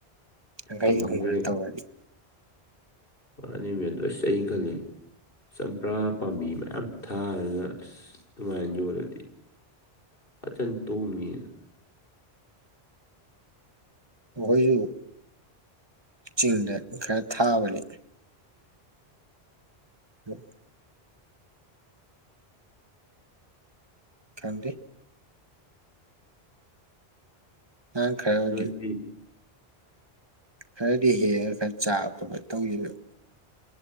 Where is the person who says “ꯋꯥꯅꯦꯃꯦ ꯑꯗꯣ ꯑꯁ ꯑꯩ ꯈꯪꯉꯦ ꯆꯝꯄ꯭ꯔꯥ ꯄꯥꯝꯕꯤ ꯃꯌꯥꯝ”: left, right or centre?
Left